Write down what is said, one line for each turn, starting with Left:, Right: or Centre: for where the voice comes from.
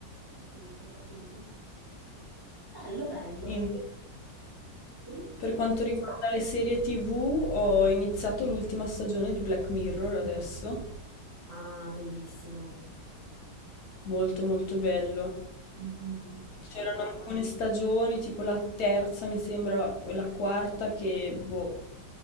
Right: Capito, capito. Bello, bello.
Left: Invece,
Right: Sì?
Left: per quanto riguarda le serie TV, ho iniziato l'ultima stagione di Black Mirror adesso.
Right: Ah, bellissimo.
Left: Molto, molto bello.
Right: Mhm,
Left: C'erano alcune stagioni, tipo la terza, mi sembra, la- o la quarta, che boh,